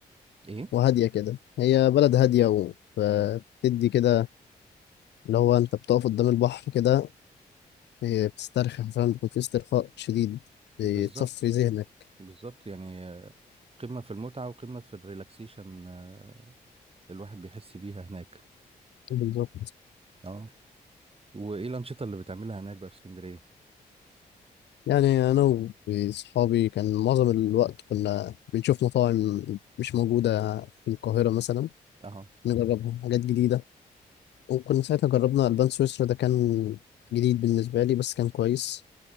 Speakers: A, on the right; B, on the left.
A: ايه
B: وهادية كده هي بلد هادية وبتدي كده اللي هو أنت بتقف قدام البحر كده إيه، بتسترخي فاهم بيكون في استرخاء شديد بتصفي
A: بالظبط
B: ذهنك
A: بالظبط يعني آه، قمة في المتعة وقمة في الريلاكسيشن آه، الواحد بيحس بيها هناك
B: بالظبط
A: اه وايه الأنشطة اللي بتعملها هناك بقى في اسكندرية
B: يعني أنا وصحابي كان معظم الوقت كنا بنشوف مطاعم مش موجودة في القاهرة مثلا
A: اه
B: نجربها حاجات جديدة وكنا ساعتها جربنا ألبان سويسرا ده كان جديد بالنسبة لي بس كان كويس